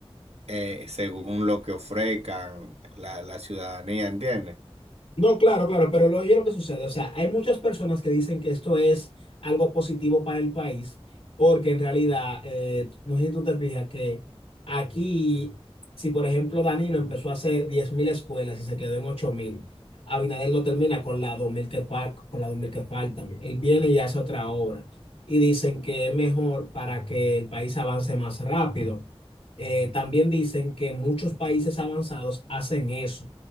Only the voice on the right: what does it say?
eh, según lo que ofrezcan la, la ciudadanía, ¿entiendes?